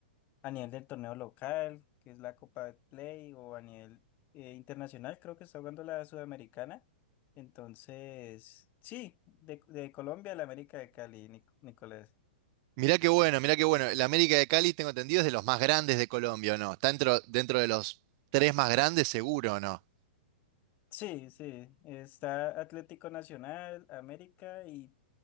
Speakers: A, on the left; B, on the right.
A: a nivel del torneo local, que es la Copa de Play, o a nivel eh, internacional, creo que está jugando la Sudamericana. Entonces, sí, de, de Colombia a la América de Cali, Nic- Nicolás.
B: Mirá qué bueno, mirá qué bueno. La América de Cali, tengo entendido, es de los más grandes de Colombia, ¿o no? Está dentro, dentro de los tres más grandes, seguro, ¿o no?
A: Sí, sí, está Atlético Nacional, América y